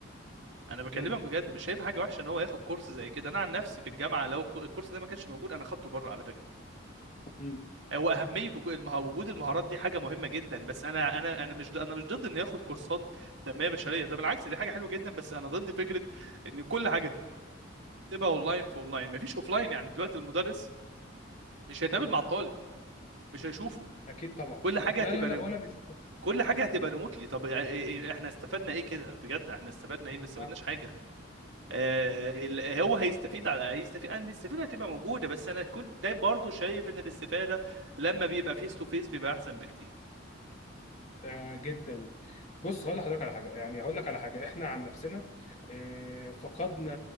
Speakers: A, on the right; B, on the left.
A: انا بكلمك
B: مم.
A: بجد مش شايف حاجه وحشه ان هو ياخد كورس زي كده انا عن نفسي في الجامعه لو الكو- الكورس ده ما كانش موجود انا خدته بره على فكره
B: مم.
A: هو اهميه وجو- المه- وجود المهارات دي حاجه مهمه جدا بس انا انا انا مش ضد- انا مش ضد انه ياخد كورسات تنميه بشريه ده بالعكس دي حاجه حلوه جدا بس انا ضد فكره ان كل حاجه تبقى اونلاين في اونلاين مفيش اوفلاين يعني دلوقتي المدرس مش هيتقابل
B: مم.
A: مع الطالب مش هيشوفه
B: أكيد طبعا
A: كل حاجه
B: لا
A: هتبقى
B: لا لا ولا بشوف
A: كل حاجه هتبقى ريموتلي طب إيه- إيه- إيه، احنا استفدنا ايه كده بجد احنا استفدنا ايه ما استفدناش
B: صح
A: حاجه آه
B: مم.
A: ال- هو هيستفيد على هيستفيد انا الاستفاده هتبقى موجوده بس انا كنت ده برضو شايف ان الاستفاده لما بيبقى فيس تو فيس بيبقى احسن بكتير
B: ده جدا بص هقول لحضرتك على حاجة يعني هقول لك على حاجة إحنا عن نفسنا آه، فقدنا